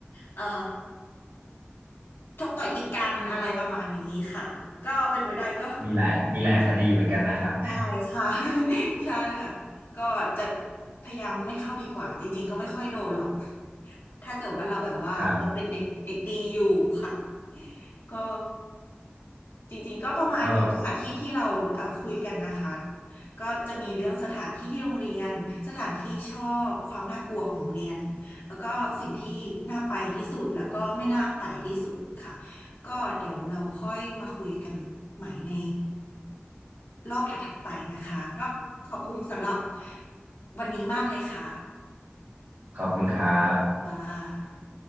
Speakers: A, on the left; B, on the right.
A: เอ่อ ชกต่อยตีกันอะไรประมาณนี้ค่ะก็เป็นไปได้ก็
B: มีหลายมีหลายคดีเหมือนกันนะครับ
A: ใช่ค่ะ <laughs> ใช่ค่ะก็จะพยายามไม่เข้าดีกว่าจริงๆก็ไม่ค่อยโดนหรอกถ้าเกิดว่าเราแบบว่ายังเป็นเด็กเด็กดีอยู่ค่ะ
B: <laughs> ครับ
A: ก็ จริงๆก็ประมาณนี้ค่ะที่ที่เราเอ่อคุยกันนะคะ
B: ก็
A: ก็จะมีเรื่องสถานที่ที่โรงเรียนสถานที่ชอบความน่ากลัวของโรงเรียนแล้วก็สิ่งที่น่าไปที่สุดแล้วก็ไม่น่าไปที่สุดค่ะก็เดี๋ยวเราค่อยมาคุยกันใหม่ในรอบถัดๆไปนะคะก็ขอบคุณสำหรับวันนี้มากเลยค่ะ
B: ขอบคุณครับ
A: ค่ะ